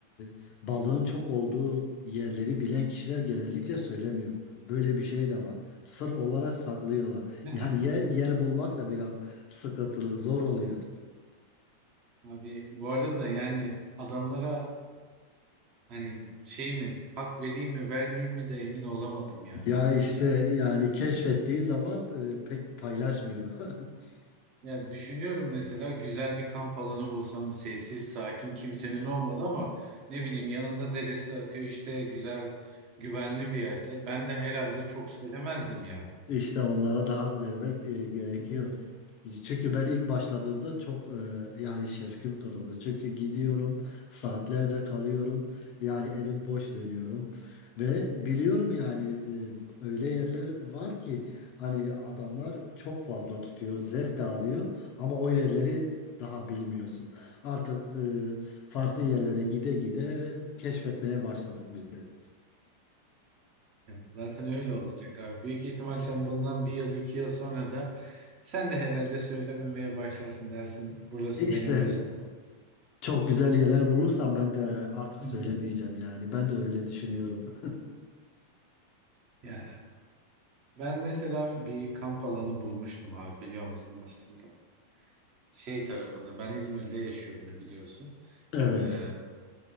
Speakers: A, on the left; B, on the right.
A: e, balığın çok olduğu yerleri bilen kişiler genellikle söylemiyor. Böyle bir şey de var. Sır olarak saklıyorlar.
B: <laughs>
A: Yani yer, yer bulmak da biraz sıkıntılı, zor oluyor.
B: Abi bu arada yani adamlara hani şey mi hak vereyim mi vermeyeyim mi de emin olamadım yani.
A: Ya işte
B: Şimdi
A: yani keşfettiği zaman e, pek paylaşmıyor. <laughs>
B: Ya düşünüyorum mesela güzel bir kamp alanı bulsam sessiz, sakin, kimsenin olmadı ama ne bileyim yanında deresi akıyor işte güzel, güvenli bir yerde. Ben de herhalde çok söylemezdim ya.
A: İşte onlara da hak vermek e, gerekiyor.
B: <laughs>
A: Çünkü ben ilk başladığımda çok e, yani şefkim kırıldı. Çünkü gidiyorum, saatlerce kalıyorum. Yani elim boş dönüyorum. Ve biliyorum yani e, öyle yerler var ki hani adamlar çok fazla tutuyor, zevk de alıyor ama o yerleri daha bilmiyorsun. Artık e, farklı yerlere gide gide keşfetmeye başladık biz de.
B: Evet, Zaten öyle olacak abi. Büyük ihtimal sen bundan bir yıl iki yıl sonra da sen de herhalde söylememeye başlarsın dersin. Burası
A: İşte
B: benim özel.
A: Çok güzel yerler bulursam ben de artık
B: <laughs>
A: söylemeyeceğim yani. Ben de öyle düşünüyorum. <laughs>
B: Yani ben mesela bir kamp alanı bulmuştum abi biliyor musun aslında? Şey tarafında ben İzmir'de yaşıyorum biliyorsun.
A: Evet.
B: Ee,